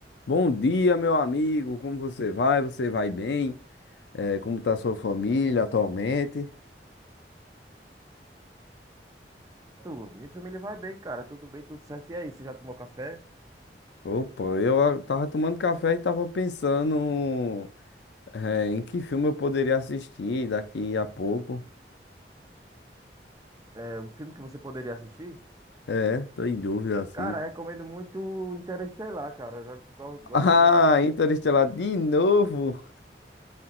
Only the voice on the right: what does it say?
Tu, minha família vai bem, cara. Tudo bem, tudo certo. E aí, você já tomou café?
É um filme que você poderia assistir?
Cara,
recomendo muito Interestelar, cara. Eu já go- gosto
muito. de-